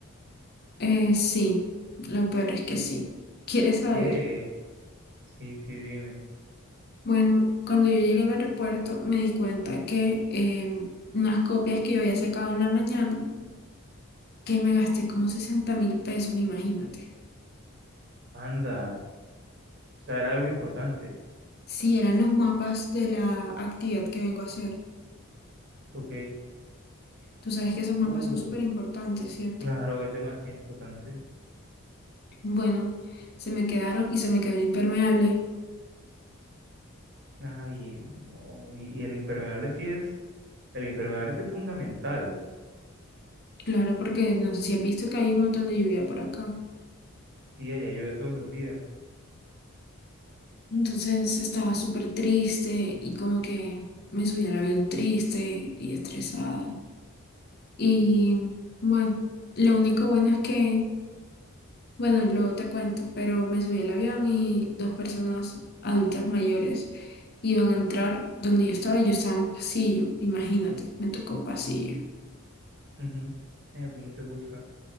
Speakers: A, on the left; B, on the right.
A: eh, sí, lo peor es que sí. ¿Quieres saber?
B: ¿Qué? Sí, sí, dime.
A: Bueno, cuando yo llegué al aeropuerto me di cuenta que eh, unas copias que yo había sacado en la mañana, que me gasté como sesenta mil pesos, imagínate.
B: Anda. O sea, era algo importante.
A: Sí, eran los mapas de la actividad que vengo a hacer.
B: Ok.
A: Tú sabes que esos mapas
B: Uh,
A: son súper importantes, ¿cierto?
B: claro, es demasiado importante.
A: Bueno, se me quedaron y se me quedó el impermeable.
B: Ay, no. Y, y el impermeable sí es, el impermeable sí es fundamental.
A: Claro, porque no sé si has visto que hay un montón de lluvia por acá.
B: Sí, allá llueve todos los días.
A: Entonces estaba súper triste y como que me subí al avión triste y estresada. Y bueno, lo único bueno es que, bueno, luego te cuento, pero me subí al avión y dos personas adultas mayores iban a entrar donde yo estaba y yo estaba en pasillo, imagínate, me tocó pasillo.
B: Ujú. Ay, a ti no te gusta.